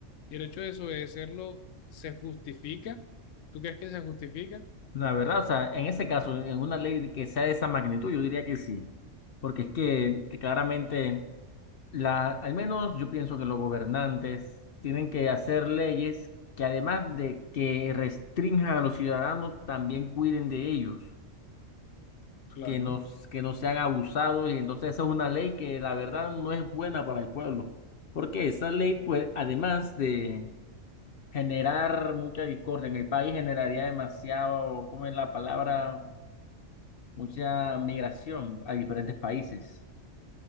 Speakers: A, on the left (about 80°); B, on the left (about 55°).
A: y el hecho de desobedecerlo se justifica. ¿Tú crees que se justifica?
B: La verdad, o sea, en ese caso, en una ley que sea de esa magnitud, yo diría que sí, porque es que, que claramente, la, al menos yo pienso que los gobernantes tienen que hacer leyes que además de que restrinjan a los ciudadanos, también cuiden de ellos.
A: Claro,
B: que nos, que no sean abusados y entonces esa es una ley que la verdad no es buena para el pueblo, porque esa ley pues además de generar mucha discordia en el país generaría demasiado, ¿cómo es la palabra? Mucha migración a diferentes países,